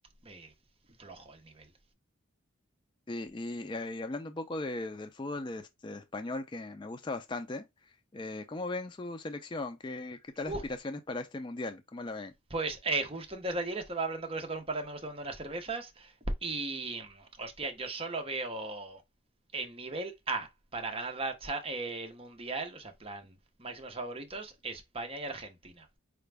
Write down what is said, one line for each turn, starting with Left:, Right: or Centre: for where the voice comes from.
Right: eh, flojo el nivel.
Left: Y, y- eh, y hablando un poco de- del fútbol este, español que me gusta bastante, eh, ¿cómo ven su selección? ¿Qué, qué tal
Right: Uh,
Left: aspiraciones para este mundial? ¿Cómo la ven?
Right: pues eh, justo antes de ayer estaba hablando con esto con un par de amigos tomando unas cervezas y hostia, yo solo veo en nivel A para ganar la cha- eh, el mundial, o sea, plan máximos favoritos, España y Argentina.